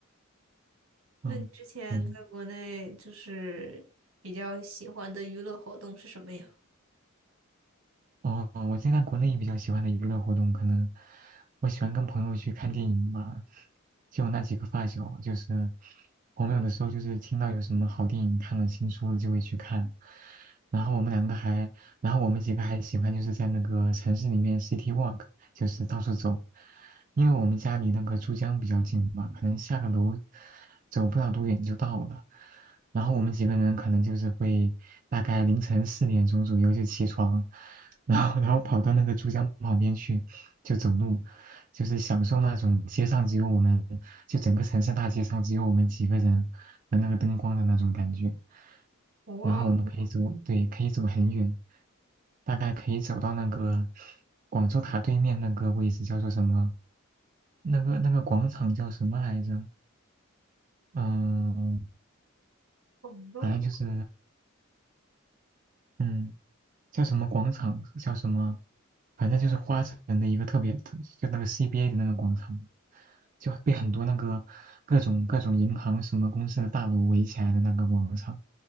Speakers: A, on the right; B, on the right.
A: 那你之前在国内就是比较喜欢的娱乐活动是什么呀？
B: 嗯，嗯，哦，我现在国内比较喜欢的娱乐活动，可能我喜欢跟朋友去看电影吧。就我那几个发小，就是我们有的时候就是听到有什么好电影看了新出了就会去看。然后我们两个还，然后我们几个还喜欢就是在那个城市里面 city walk，就是到处走。因为我们家离那个珠江比较近嘛，可能下个楼走不了多远就到了。然后我们几个人可能就是会大概凌晨四点钟左右就起床，然后然后跑到那个珠江旁边去，就走路，就是享受那种街上只有我们，就整个城市大街上只有我们几个人和那个灯光的那种感觉。
A: 哇，
B: 然后我们可以走，对，可以走很远，大概可以走到那个广州塔对面那个位置，叫做什么？那个那个广场叫什么来着？嗯，
A: 广州，
B: 反正就是嗯。叫什么广场，叫什么，反正就是花城的一个特别，特就那个 CBA 的那个广场，就被很多那个各种各种银行什么公司的大楼围起来的那个广场，